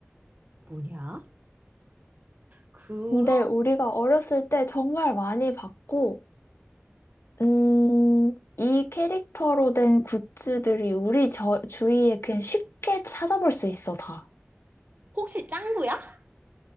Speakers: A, on the right; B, on the left.
A: 뭐냐? 그럼
B: 근데 우리가 어렸을 때 정말 많이 봤고, 음, 이 캐릭터로 된 굿즈들이 우리 저, 주위에 그냥 쉽게 찾아볼 수 있어, 다.
A: 혹시 짱구야?